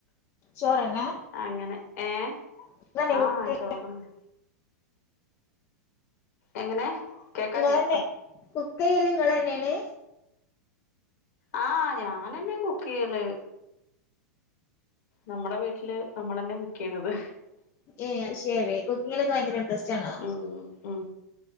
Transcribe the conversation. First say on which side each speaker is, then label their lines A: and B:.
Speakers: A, on the left; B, on the left.
A: ചോറന്നെ
B: അങ്ങനെ ഏഹ്
A: നിങ്ങളല്ലേ
B: ആഹ്
A: കുക്ക്
B: ചോറെന്നെ എങ്ങനെ കേക്കല്ല്യ
A: ഇങ്ങളെന്നെ കുക്കയ്യെല് ഇങ്ങളെന്നേണ്
B: ആഹ് ഞാനന്നെ കുക്കയ്യല് നമ്മടെ വീട്ടില് നമ്മള് തന്നെ ബുക്ക് ചെയ്യണത്
A: ഏ ശരി കുക്കിങ്ങിലൊക്കെ ഭയങ്കര ഇൻട്രസ്റ്റ് ആണോ
B: ഉം ഉം